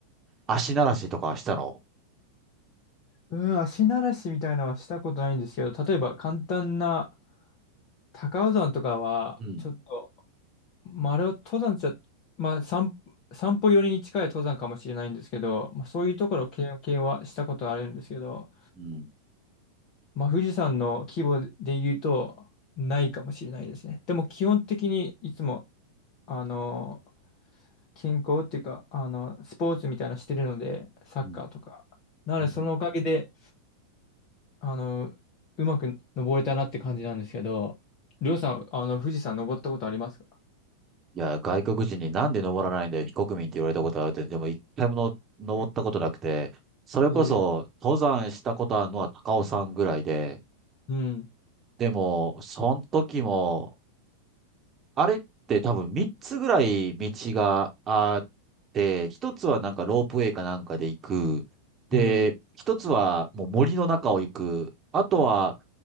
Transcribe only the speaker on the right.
足慣らしとかしたの
うん。
うん。
うん。
うん。
いや、外国人になんで登らないんだよ、非国民って言われたことあるって、でも一回もの登ったことなくて、それこそ登山したことあるのは高尾山ぐらいで、
でも、その時も、あれって多分3つぐらい道があって、一つはなんかロープウェイかなんかで行く。で、
1つはもう森の中を行く。あとは、